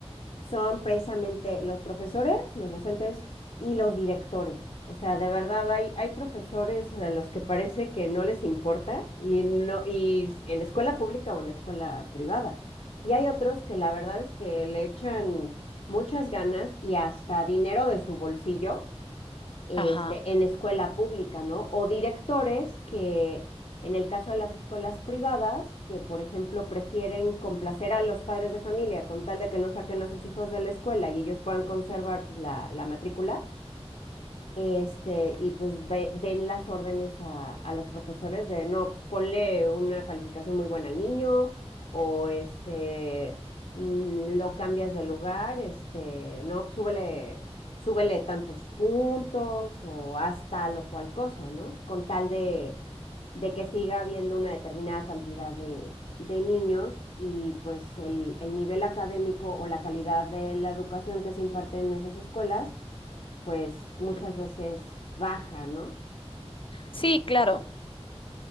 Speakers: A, on the left; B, on the left.
A: son precisamente los profesores, los docentes y los directores. O sea, de verdad hay, hay profesores a los que parece que no les importa y no, y en escuela pública o en escuela privada. Y hay otros que la verdad es que le echan muchas ganas y hasta dinero de su bolsillo este,
B: Ajá.
A: en escuela pública, ¿no? O directores que, en el caso de las escuelas privadas, que por ejemplo prefieren complacer a los padres de familia con tal de que no saquen a sus hijos de la escuela y ellos puedan conservar pues, la, la matrícula, este, y pues de- den las órdenes a, a los profesores de, no, pues ponle una calificación muy buena al niño o este, mm, lo cambias de lugar, este, no, pues, súbele, súbele tantos puntos o haz tal o cual cosa, ¿no? Con tal de, de que siga habiendo una determinada cantidad de, de niños y pues el, el nivel académico o la calidad de la educación que se imparte en esas escuelas pues muchas veces baja, ¿no?
B: Sí, claro.